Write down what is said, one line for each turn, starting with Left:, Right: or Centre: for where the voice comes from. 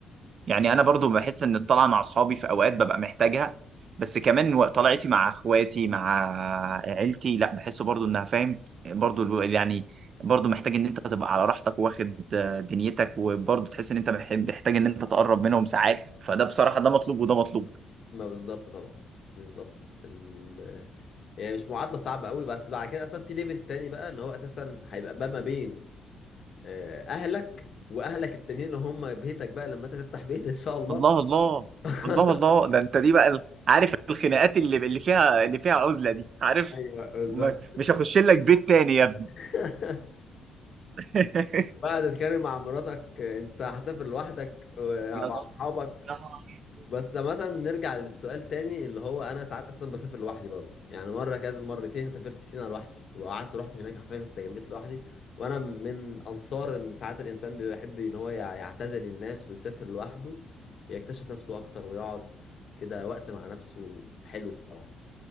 Right: يعني انا برضو بحس ان الطلعه مع اصحابي في اوقات ببقى محتاجها بس كمان و- طلعتي مع اخواتي مع عيلتي لا بحس برضو انها فاهم برضو الو- يعني برضو محتاج ان انت تبقى على راحتك واخد آه، دنيتك وبرضو تحس ان انت بح- محتاج ان انت تقرب منهم ساعات فده بصراحه ده مطلوب وده مطلوب
Left: ما بالظبط طبعا بالظبط ال يعني مش معادله صعبه قوي بس بعد كده اصلا في ليفل تاني بقى اللي هو اساسا هيبقى بقى ما بين آه، اهلك واهلك التانيين اللي هم بيتك بقى لما انت تفتح بيت ان شاء الله
Right: الله الله
Left: <laughs>
Right: الله الله ده انت دي بقى ال- عارف الخناقات اللي اللي فيها اللي فيها عزله دي عارف
Left: ايوه بالظبط
Right: ما- مش هخش لك بيت تاني يا ابني
Left: <laughs>
Right: <laughs>
Left: بعد تتخانق مع مراتك انت هتسافر لوحدك ومع
Right: يا نهار
Left: اصحابك
Right: يا نهار أبيض.
Left: بس مثلا نرجع للسؤال تاني اللي هو انا ساعات اصلا بسافر لوحدي برضه يعني مره كذا مرتين سافرت سينا لوحدي وقعدت رحت هناك حرفيا استجميت لوحدي وانا من انصار ان ساعات الانسان بيحب ان هو يع- يعتزل الناس ويسافر لوحده بيكتشف نفسه اكتر ويقعد كده وقت مع نفسه حلو بصراحه